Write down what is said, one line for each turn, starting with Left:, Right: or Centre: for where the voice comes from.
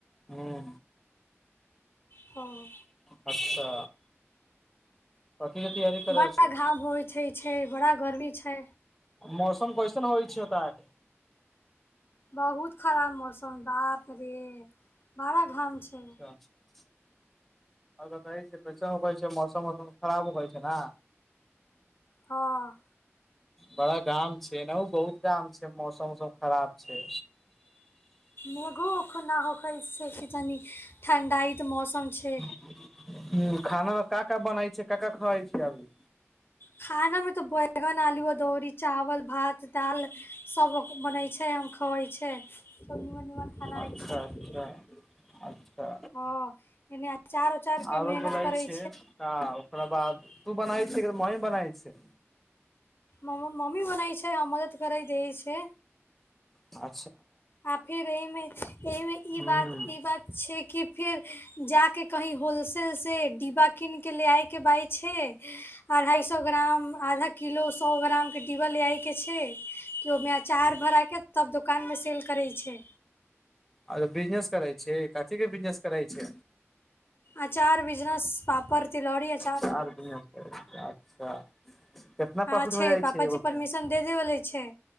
Centre: हूँ
Left: हँ
Centre: अच्छा कथि के तैयारी करै
Left: बड़ा
Centre: छै
Left: घाम होइते छै छै बड़ा गर्मी छै
Centre: मौसम कैसन होइ छै ओतऽ
Left: बहुत खराब मौसम तो बाप रे बराऽ घाम
Centre: <unintelligible>
Left: छै
Centre: ओ कहै छै कैसन होैइ छै मौसम वौसम खराब होइ छै न
Left: हाँ
Centre: बड़ा गाम छै न उ बहुत गाम छै मौसम ओसम खराब छै
Left: मेघो ओखन ना ओखै छै की तनी ठण्डाइत मौसम छै
Centre: हूँ खानामे का का बनैय छै का का खाइ छै अभी
Left: खानामे तऽ ब- -बैगन आलूओ दौरी चावल भात दाल सब बनै छै आम खबै छै निमन खाना
Centre: अच्छा
Left: होइ छै
Centre: अच्छा अच्छा
Left: हँ एने अचार उचार के
Centre: आरो
Left: मेहनत
Centre: बोलै
Left: करै
Centre: छै का ओकरा बाद तू बनैह छी की मम्मी बनै छै।
Left: म-म- मम्मी बनै छै हम मदद करै देैय छै
Centre: आ
Left: आ फेर एमे छै एमे ई
Centre: ह
Left: बात ई बात छै कि फेर जाके कहीं होल सेल से डिब्बा कीन के ले आइके बाइ छै अढ़ाय सौ ग्राम आधा किलो, सौ ग्रामके डिबा लै आइके छै की ओमे अचार भराके तब दोकान मे सेेल करै छै
Centre: आर बिजनेस करै छै कथि के बिजनेस करै छै
Left: अचार बिजनेस पापड़, तीलोड़ी अ -
Centre: अचार बिजनेस छै अच्छा केतना
Left: हँ
Centre: प्रॉफिट हो जाइ
Left: पापाजी
Centre: छै एगो
Left: परमिशन
Centre: पे
Left: दे देबले छै